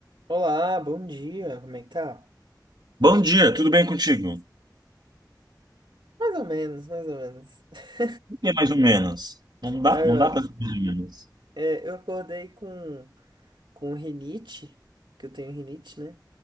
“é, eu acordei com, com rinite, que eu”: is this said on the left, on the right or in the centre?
Right